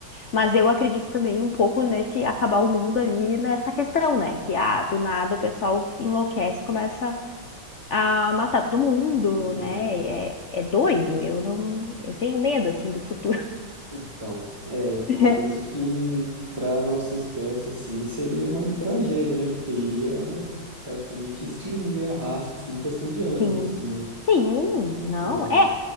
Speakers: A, on the left; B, on the right.
A: Mas eu acredito também um pouco nesse acabar o mundo ali nessa questão, né? Que ah, do nada o pessoal enlouquece, começa a matar todo mundo,
B: É,
A: né? É, é doido. Eu não, eu tenho medo assim do futuro.
B: então, é, eu
A: <laughs>
B: eu penso que para nossa espécie assim seria uma tragédia, né? Porque iria praticamente extinguir a raça assim em questão de anos
A: Sim.
B: assim, né?
A: Sim, não.
B: É,
A: É,